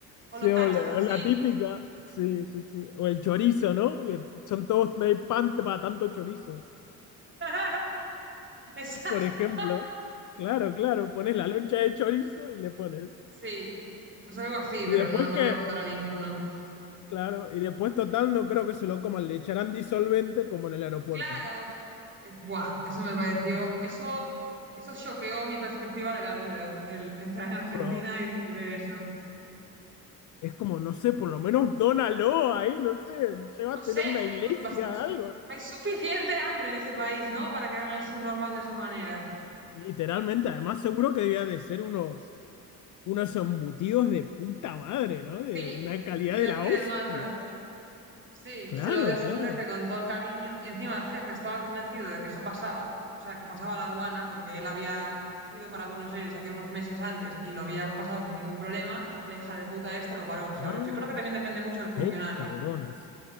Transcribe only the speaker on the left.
Sí,
o
la,
o la típica. Sí, sí, sí. O el chorizo, ¿no? Que son todos, no hay pan para tanto chorizo,
por ejemplo. Claro, claro. Pones la loncha de chorizo y le pones.
Y
después
que...
Claro, y después total no creo que se lo coman, le echarán disolvente como en el aeropuerto,
¿no?
Pero
es como, no sé, por lo menos dónalo ahí, no sé, llévatelo
a una
iglesia,
algo.
Literalmente, además seguro que debía de ser unos, unos embutidos de puta madre, ¿no? De,
de una calidad
de
la
hostia.
Claro,
claro.
Ah,
qué
cabronas.